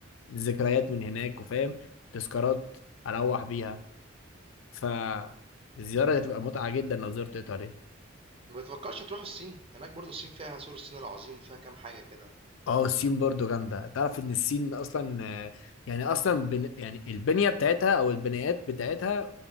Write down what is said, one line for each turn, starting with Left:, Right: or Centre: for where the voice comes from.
Left: ذكريات من هناك وفاهم تذكارات اروح بيها فالزياره دي هتبقى متعه جدا لو زرت ايطاليا
Right: ما بتفكّرش تروحوا الصين؟ هناك برضه الصين فيها سور الصين العظيم وفيها كام حاجة كده.
Left: اه الصين برضو جامدة تعرف ان الصين اصلا آه، يعني اصلا بن يعني البنية بتاعتها او البنايات بتاعتها